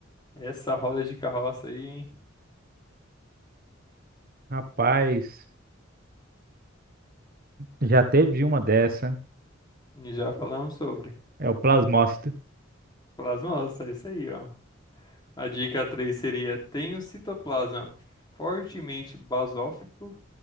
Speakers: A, on the left; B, on the right.
A: Essa roda de carroça aí, hein?
B: Rapaz, já teve uma dessa.
A: já falamos sobre.
B: É o plasmócito.
A: Plasmócito, é isso aí, ó. A dica 3 seria: tem o citoplasma fortemente basófico,